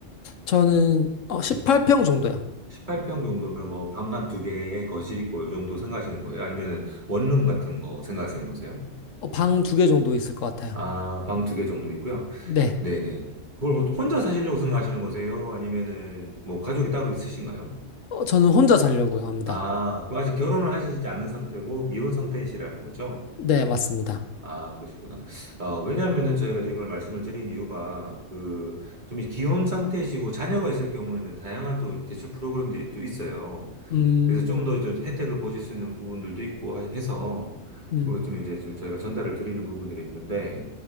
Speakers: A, on the left; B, on the right.
A: 저는 어, 18평 정도요.
B: 18평 정도면 뭐 방 한 두 개에 거실 있고 요 정도 생각하시는 거예요? 아니면은 원룸 같은 거 생각하시는 거세요?
A: 어, 방두 개 정도 있을 것 같아요.
B: 아, 방 두 개 정도 있고요.
A: 네.
B: 네네. 그걸 또 혼자 사시려고 생각하시는 거세요? 아니면은 뭐 가족이 따로 있으신가요?
A: 어, 저는 혼자 살려고요 합니다.
B: 아, 그럼 아직 결혼을 하시지 않은 상태고 미혼 상태이시라는 거죠?
A: 네, 맞습니다.
B: 아, 그러시구나. 어, 왜냐하면은 저희가 이제 이걸 말씀을 드린 이유가 그 좀 기혼 상태이시고 자녀가 있을 경우에는 다양한 또 대출 프로그램들이 또 있어요.
A: 음,
B: 그래서 좀 더 좀 혜택을 보실 수 있는 부분들도 있고 하- 해서
A: 음.
B: 그리고 좀 이제 좀 저희가 전달을 드리는 부분들이 있는데